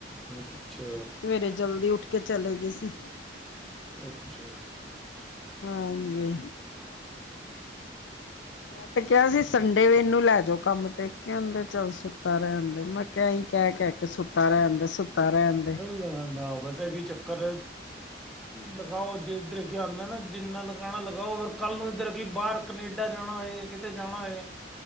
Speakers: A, in the centre; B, on the left (about 80°).
A: ਅੱਛਾ
B: ਸਵੇਰੇ ਜਲਦੀ ਉੱਠਕੇ ਚਲੇ ਗਏ ਸੀ।
A: ਅੱਛਾ।
B: ਹਾਂਜੀ, ਮੈਂ ਤੇ ਕਿਹਾ ਸੀ ਸੰਡੇ ਇਹਨੂੰ ਲੈ ਜਾਓ ਕੰਮ ਤੇ ਕਹਿੰਦੇ ਚੱਲ ਸੁੱਤਾ ਰਹਿਣ। ਮੈਂ ਕਿਹਾਈਂ ਕਹਿ ਕਹਿ ਕੇ ਸੁੱਤਾ ਰਹਿਣਦੇ ਸੁੱਤਾ ਰਹਿਣਦੇ।
A: ਨਾ ਨਾ ਪਤਾ ਕੀ ਚੱਕਰ ਲਗਾਓ ਜੇਧਰ ਕੀ ਆਉਂਦਾ ਨਾ ਜਿੰਨਾ ਲਗਾਣਾ ਲਗਾਓ ਫਰ ਕੱਲ੍ਹ ਨੂੰ ਇੱਧਰ ਕੀ ਬਾਹਰ ਕਨੇਡਾ ਜਾਣਾ ਹੋਏ ਕਿਤੇ ਜਾਣਾ ਹੋਏ